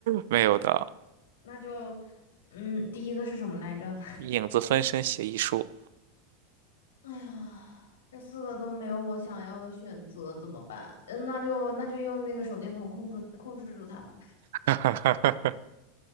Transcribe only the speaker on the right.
没有的，
影子分身协议书。
<laughs>